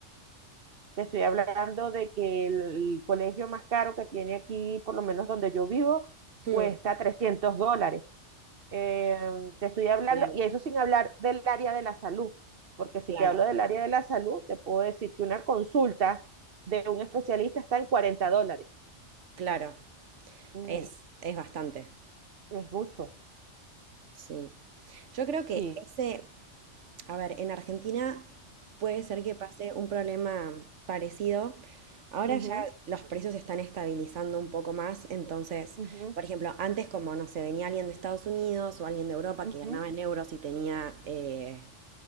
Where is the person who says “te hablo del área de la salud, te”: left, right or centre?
Right